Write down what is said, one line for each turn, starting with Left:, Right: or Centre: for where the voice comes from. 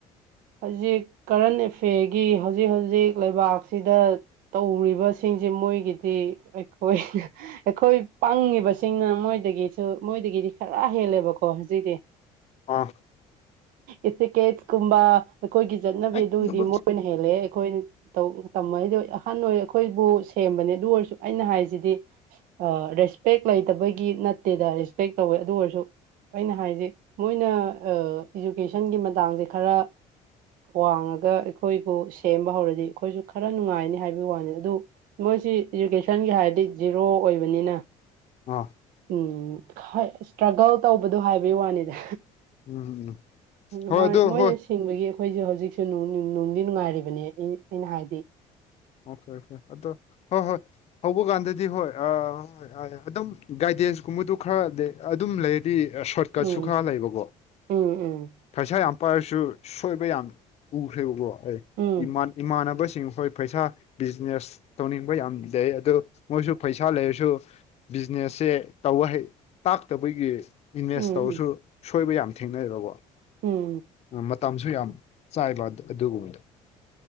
Right: ꯍꯧꯖꯤꯛ ꯀꯔꯟ ꯑꯦꯐ꯭ꯌꯔꯒꯤ ꯍꯧꯖꯤꯛ ꯍꯧꯖꯤꯛ ꯂꯩꯕꯥꯛꯁꯤꯗ ꯇꯧꯔꯤꯕꯁꯤꯡꯁꯦ ꯃꯣꯏꯒꯤꯗꯤ ꯑꯩꯈꯣꯏ ꯑꯩꯈꯣꯏ ꯄꯪꯉꯤꯕꯁꯤꯡꯅ ꯃꯣꯏꯗꯒꯤꯁꯨ ꯃꯣꯏꯗꯒꯤꯗꯤ ꯈꯔ ꯍꯦꯜꯂꯦꯕꯀꯣ ꯍꯨꯖꯤꯛꯇꯤ <unintelligible>
Left: ꯑꯥ
Right: ꯏꯇꯤꯀꯦꯠꯁ ꯀꯨꯝꯕ ꯑꯈꯣꯏꯒꯤ ꯆꯠꯅꯕꯤ
Left: ꯑꯥ
Right: ꯑꯗꯨꯗꯤ
Left: ꯎꯝ
Right: ꯃꯣꯏꯅ ꯍꯦꯜꯂꯦꯍꯦ ꯑꯈꯣꯏꯟ ꯇꯧ ꯇꯝꯃꯛꯢꯗꯣ ꯑꯍꯟ ꯑꯣꯏꯔꯦ ꯑꯈꯣꯏꯕꯨ ꯁꯦꯝꯕꯅꯦ ꯑꯗꯨ ꯑꯣꯏꯔꯁꯨ ꯑꯩꯅ ꯍꯥꯏꯁꯤꯗꯤ ꯑ ꯔꯦꯁꯄꯦꯛ ꯂꯩꯇꯕꯒꯤ ꯅꯠꯇꯦꯗ ꯔꯦꯁꯄꯦꯛ ꯇꯧꯋꯦ ꯑꯗꯨ ꯑꯣꯏꯔꯁꯨ ꯑꯩꯅ ꯍꯥꯏꯖꯦ ꯃꯣꯏꯅ ꯑ ꯏꯖꯨꯀꯦꯁꯟꯒꯤ ꯃꯇꯥꯡꯖꯦ ꯈꯔ ꯋꯥꯡꯉꯒ ꯑꯩꯈꯣꯏꯕꯨ ꯁꯦꯝꯕ ꯍꯧꯔꯗꯤ ꯑꯈꯣꯏꯖꯨ ꯈꯔ ꯅꯨꯡꯉꯥꯏꯅꯤ ꯍꯥꯏꯕꯩ ꯋꯥꯅꯤꯗ ꯑꯗꯨ ꯃꯣꯏꯁꯤ ꯏꯖꯨꯀꯦꯁꯟꯒꯤ ꯍꯥꯏꯔꯗꯤ ꯖꯦꯔꯣ ꯑꯣꯏꯕꯅꯤꯅ
Left: ꯑꯥ
Right: ꯎꯝ ꯈꯥꯢ ꯁꯇ꯭ꯔꯒꯜ ꯇꯧꯕꯗꯣ ꯍꯥꯏꯕꯩ ꯋꯥꯅꯤꯗ
Left: ꯎꯝ
Right: ꯎꯝ
Left: ꯍꯣꯏ
Right: ꯃꯣꯢ
Left: ꯑꯗꯨ
Right: ꯃꯣꯏꯅ
Left: ꯍꯣꯏ
Right: ꯁꯤ ꯊꯤꯡꯕꯒꯤ ꯑꯩꯈꯣꯏꯖꯨ ꯍꯨꯖꯤꯛꯁꯨ ꯅꯨꯡ ꯅꯨꯡ ꯅꯨꯡꯗꯤ ꯅꯨꯡꯉꯥꯏꯔꯤꯕꯅꯦ ꯑꯩ ꯑꯩꯅ ꯍꯥꯏꯗꯤ
Left: ꯑꯣꯈꯦ ꯑꯣꯈꯦ ꯑꯗꯣ ꯍꯣꯏ ꯍꯣꯏ ꯍꯧꯕ ꯀꯥꯟꯗꯗꯤ ꯍꯣꯏ ꯑ ꯍꯣꯏ ꯑ ꯑꯗꯨꯝ ꯒꯥꯏꯗꯦꯟꯁ ꯀꯨꯝꯕꯗꯨ ꯈꯔꯗꯦ ꯑꯗꯨꯝ ꯂꯩꯔꯗꯤ ꯑ ꯁꯣꯔꯠꯀꯠꯁꯨ
Right: ꯎꯝ
Left: ꯈꯔ ꯂꯩꯕꯀꯣ
Right: ꯎꯝ ꯎꯝ
Left: ꯄꯩꯁꯥ ꯌꯥꯝ ꯄꯥꯏꯔꯁꯨ ꯁꯣꯏꯕ ꯌꯥꯝ ꯎꯈ꯭ꯔꯦꯕꯀꯣ ꯑꯩꯥ
Right: ꯎꯝ
Left: ꯏꯃꯥꯟ ꯢꯃꯥꯟꯅꯕꯁꯤꯡ ꯍꯣꯏ ꯄꯩꯁꯥ ꯕꯤꯖꯤꯅꯦꯁ ꯇꯧꯅꯤꯡꯕ ꯌꯥꯝ ꯂꯩ ꯑꯗꯨ ꯃꯣꯏꯁꯨ ꯄꯩꯁꯥ ꯂꯩꯔꯁꯨ ꯕꯤꯖꯤꯅꯦꯁꯁꯦ ꯇꯧꯕ ꯍꯩ ꯇꯥꯛꯇꯕꯒꯤ ꯏꯟꯚꯦꯁ
Right: ꯎꯝ
Left: ꯇꯧꯔꯁꯨ ꯁꯣꯏꯕ ꯌꯥꯝ ꯊꯦꯡꯅꯩꯌꯦꯕꯀꯣ
Right: ꯎꯝ
Left: ꯃꯇꯝꯁꯨ ꯌꯥꯝ ꯆꯥꯏꯕ ꯑꯗꯨ ꯑꯗꯨꯒꯨꯝꯕꯗꯨ